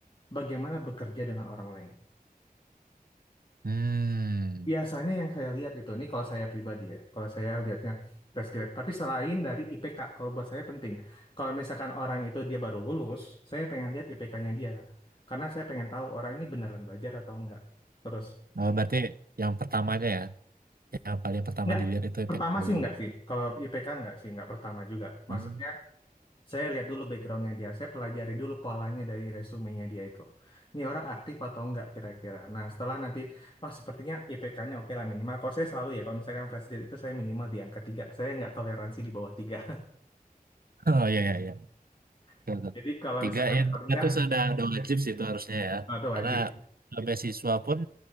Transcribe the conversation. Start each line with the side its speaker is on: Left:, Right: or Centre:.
Left: bagaimana bekerja dengan orang lain
Right: Hmm.
Left: biasanya yang saya lihat itu ini kalau saya pribadi ya kalau saya lihatnya fresh grade tapi selain dari IPK kalau buat saya penting kalau misalkan orang itu dia baru lulus saya pengen lihat IPK-nya dia karena saya pengen tahu orang ini beneran belajar atau enggak terus
Right: Oh, berarti yang pertamanya ya, yang paling pertama
Left: enggak
Right: dilihat itu impact
Left: pertama
Right: dulu.
Left: sih enggak sih kalau IPK enggak sih enggak pertama juga
Right: Hmm.
Left: maksudnya Saya lihat dulu backgroundnya dia, saya pelajari dulu polanya dari resumenya dia itu. Ini orang aktif atau enggak kira-kira. Nah setelah nanti, oh sepertinya IPK-nya oke lah minimal. Kalau saya selalu ya, kalau misalkan fresh grade itu saya minimal di angka 3. Saya nggak toleransi di bawah tiga.
Right: <laughs> Oh ya ya
Left: <laughs>
Right: Tuh, tuh.
Left: Jadi kalau
Right: Tiga
Left: misalkan
Right: ya,
Left: paling
Right: tiga
Left: enggak,
Right: tuh sudah udah wajib sih itu harusnya ya.
Left: atau
Right: Karena
Left: wajib.
Right: eh, beasiswa pun